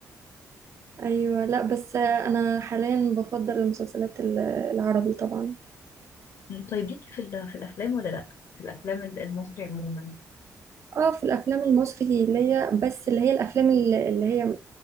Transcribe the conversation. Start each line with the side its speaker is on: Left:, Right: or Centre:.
Right: أيوة لا بس أنا حاليا بفضل المسلسلات ال- العربي طبعا
Left: طيب ليكي في ال- في الأفلام ولا لأ؟ في الأفلام ال- المصري عموما
Right: اه في الأفلام المصري ليا بس اللي هي الأفلام ال- اللي هي